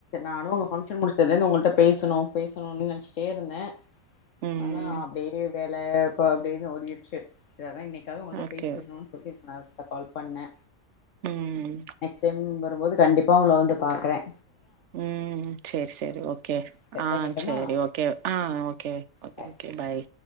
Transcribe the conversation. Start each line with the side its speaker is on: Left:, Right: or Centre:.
Left: நானோ உங்க ஃபங்ஷன் முடிச்சதுலயிருந்து உங்கள்ட பேசணோ பேசணோம்னே நெனச்சிட்டேயிருந்தே
Right: ம்
Left: ஆனா அப்டியே வேலக்கோ அப்டின்னு ஓடிடுச்சு சேரி அதா இன்னிக் காது உங்கள்ட
Right: ஓகே
Left: பேசிடணோம்னு சொல்லிட்டு இப்ப டேரெக்ட்டா கால் பண்ணே
Right: உம்
Left: செம் வரும்போது கண்டிப் பா உங்கள வந்து பார்க்குறே
Right: உம் சேரி சேரி ஓகே
Left: சரி
Right: ஆஹ்
Left: வைக்கட்டுமா
Right: சேரி ஓகே ஆஹ் ஓகே ஓகே
Left: பாய்
Right: ஓகே பாய்